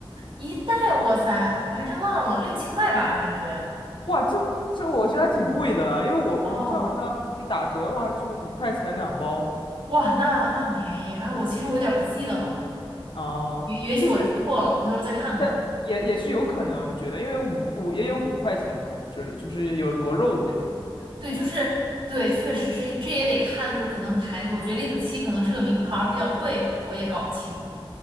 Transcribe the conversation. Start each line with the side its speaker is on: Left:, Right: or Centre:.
Right: 一袋，哇塞，我还真忘了，六七块吧，感觉。
Left: 哇，这这我觉得还挺贵的了，因为我我们这好像就是打折的话，
Right: 哦，
Left: 就五块钱两包
Right: 哇，那那很便宜。哎，我其实我有点不记得了，
Left: 啊、
Right: 也也许我记错了，
Left: 就是
Right: 我回头再看看。
Left: 但也也是有可能，我觉得，因为五五也有五块钱的，我们这里就是有螺肉的那种
Right: 对，就是对，确实是，这也得看，就是可能牌子，我觉得李子柒可能是个名牌儿，比较贵，我也搞不清。